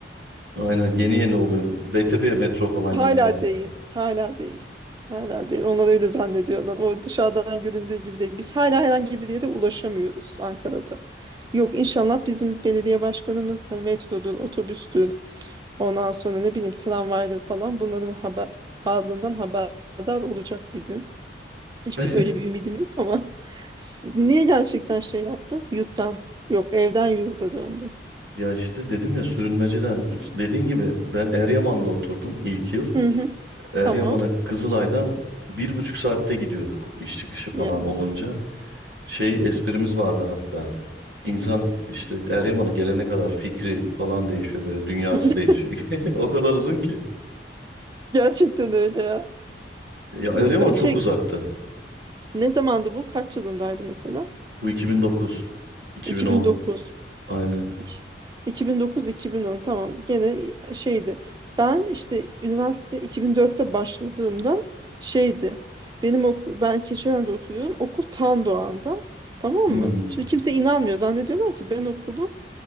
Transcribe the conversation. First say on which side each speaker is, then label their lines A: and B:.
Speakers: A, on the right; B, on the right.
A: Aynen yeni yeni oluyor. Beytepe'ye metro falan
B: Hala
A: yeni geldi.
B: değil. Hala değil. Hala değil. Onlar öyle zannediyorlar. O dışarıdan göründüğü gibi değil. Biz hala herhangi bir yere ulaşamıyoruz Ankara'da. Yok inşallah bizim belediye başkanımız da metrodur, otobüstür, ondan sonra ne bileyim tramvaydır falan bunların haber, varlığından haberdar olacak bir gün. Hiçbir
A: <laughs>
B: öyle bir ümidim yok ama s- niye gerçekten şey yaptın? Yurttan yok evden yurda döndün.
A: Ya işte dedim ya sürünmeceden dediğin gibi ben Eryaman'da oturdum ilk yıl.
B: Hı hı.
A: Eryaman'a
B: Tamam.
A: Kızılay'dan bir buçuk saatte gidiyorduk iş çıkışı falan
B: Ya.
A: olunca. Şey esprimiz vardı hatta. İnsan işte Eryaman'a gelene kadar fikri falan değişiyor böyle dünyası
B: <laughs>
A: değişiyor. <laughs> O kadar uzun ki.
B: Gerçekten öyle ya.
A: Ya Eryaman
B: Bu ka-
A: çok
B: şey
A: uzaktı.
B: ne zamandı bu? Kaç yılındaydı mesela?
A: Bu 2009, 2010
B: 2009.
A: aynen.
B: İki- 2009-2010 tamam. Gene şeydi. Ben işte üniversite 2004'te başladığımda şeydi. Benim okul ben Keçiören'de oturuyorum. Okul Tan Doğan'da. Tamam
A: Hmm.
B: mı? Şimdi kimse inanmıyor. Zannediyorlar ki ben okulu